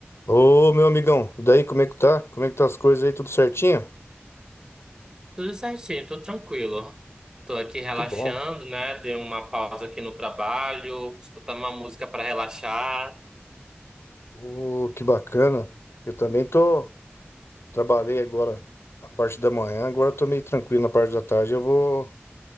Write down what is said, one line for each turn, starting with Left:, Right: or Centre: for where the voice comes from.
Left: Ô, meu amigão, daí como é que tá? Como é que tá as coisas aí? Tudo certinho?
Right: Tudo certinho, tô tranquilo. Tô aqui relaxando,
Left: Que bom.
Right: né? Dei uma pausa aqui no trabalho, escutando uma música para relaxar.
Left: Ô, que bacana. Eu também tô, trabalhei agora a parte da manhã, agora tô meio tranquilo na parte da tarde. Eu vou,